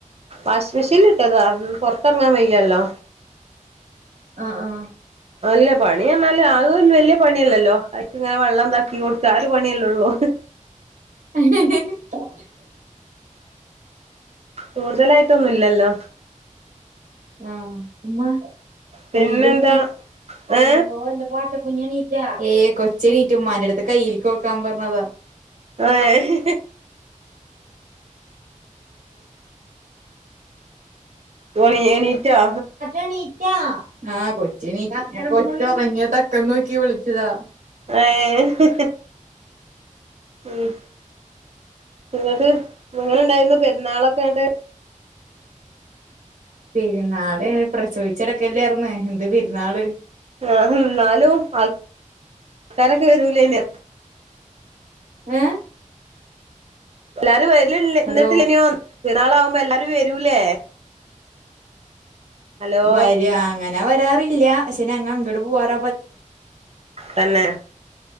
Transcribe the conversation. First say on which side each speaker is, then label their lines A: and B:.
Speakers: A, on the right; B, on the right.
A: വാഷിംഗ് മെഷീന്ലിട്ടതാ പൊറത്തെറങ്ങാൻ വയ്യല്ലോ
B: ആഹ് ആഹ്
A: അല്ല പണി എന്നാല് അതൊരു വല്യ പണിയല്ലല്ലോ അയ്ക്കിങ്ങനെ വെള്ളം ഇതാക്കി കൊടുക്ക ആ ഒരു പണിയല്ലൊള്ളൂ
B: <unintelligible>
A: കൂടുതലായിട്ടൊന്നുല്ലല്ലോ
B: ആഹ് ഉമ്മ
A: പിന്നെന്താ
B: കയ്യിലോക്കി അള്ളോഹ്
A: ഏ
B: ന്റെ പാട്ട കുഞ്ഞേണീറ്റാ ഏഹ് കൊച്ചെണീറ്റ് ഉമ്മാന്റെടുത്ത് കയ്യിൽക്ക് നോക്കാൻ പറഞ്ഞതാ
A: ഏഹ് ഉം എണീ എണീറ്റോ
B: എണീറ്റോ ആഹ് കൊച്ചെണീ കൊച്ചൊറങ്ങിയ തക്കം നോക്കി വിളിച്ചതാ
A: ഏഹ് ഉം ന്ന്ട്ട് എങ്ങനെ ണ്ടായിരുന്നു പെരുന്നാളൊക്കെന്നട്ട്
B: പെരുന്നാള് പ്രസവിച്ചെടക്കല്ലാരുന്നോ എന്ത് പെരുന്നാള്
A: ആഹ് ന്നാലും ആൾക്കാരൊക്കെ വരൂലേന്നെയാ
B: ഏഹ്
A: എല്ലാരും വരല
B: ഹലോ
A: ന്നിട്ടില്ലെനിയോ പെരുന്നാളാവുമ്പോ എല്ലാരും വരൂലേ ഹലോ
B: വര അങ്ങനെ വരാറില്ല പക്ഷേ നങ്ങ അങ്ങട് പോവാറ
A: തന്നെ